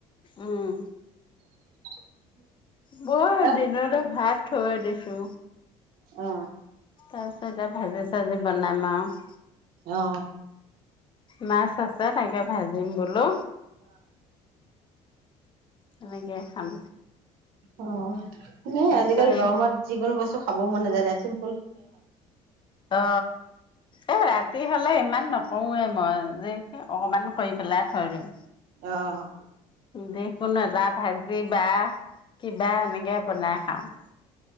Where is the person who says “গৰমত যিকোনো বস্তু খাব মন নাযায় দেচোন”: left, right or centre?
Right